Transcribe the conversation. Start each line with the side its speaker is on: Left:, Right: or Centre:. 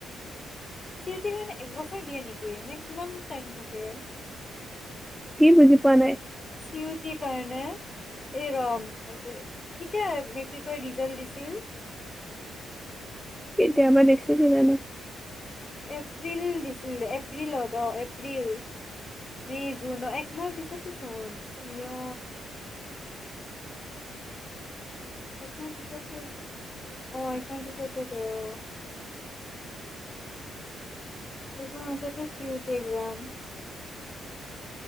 Left: চিতিেই কাৰণে এক বছৰ দিয়ে নেকি এনে কিমান টাইম থাকে।
Centre: কি বুজি পোৱা নাই ।
Left: চিউটিৰ কাৰণে এই ৰ কেতিয়া কি ক ৰিজাল্ট দিছিল।
Centre: কেতিয়াবা দেখছ কি জানি।
Left: এপ্ৰিল দিছিল এপ্ৰিলত অ এপ্ৰিল মে জুন অ একমাহ পিছতে চোন হয় এখন পিছত কৰিম অ এ পিছত কৰিবি অ । এই ম। চতে চি ইউটি এক্সাম